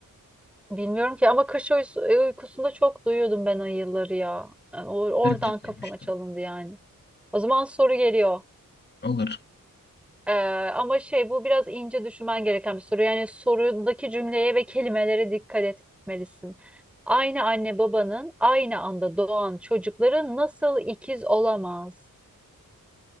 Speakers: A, in the centre; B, on the left.
A: Bilmiyorum ki ama kış uyusu- uykusunda çok duyuyordum ben ayıları ya. Yani or- oradan
B: Ben de duymuştum.
A: kafama çalındı yani. O zaman soru geliyor.
B: Olur.
A: Ee, ama şey bu biraz ince düşünmen gereken bir soru. Yani sorudaki cümleye ve kelimelere dikkat etmelisin. Aynı anne babanın aynı anda doğan çocukları nasıl ikiz olamaz?